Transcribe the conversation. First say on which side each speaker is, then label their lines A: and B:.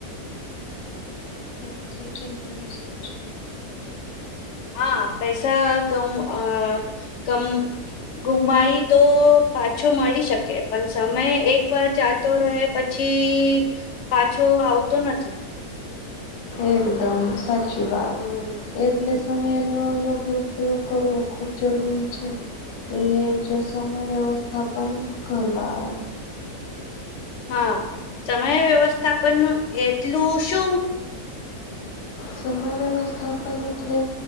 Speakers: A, on the left; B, on the left.
A: <inaudible> થી કીમતી વસ્તુ છે.
B: હા પૈસા કમ અ કમ ગુમાઈ તો પાછો મળી શકે પણ સમય એક વાર જાતો રહે પછી પાછો આવતો નથી.
A: એકદમ સાચી વાત
B: હમ
A: એટલે
B: હમ.
A: સમુંય એની યોગ્ય ઉપયોગ કરવો ખૂબ જરૂરી છે. એ જ સમય વ્યવસ્થાપન કરલા
B: હા સમય વ્યવસ્થાપનું એટલું શું?
A: સમય વ્યવસ્થાપન એટલે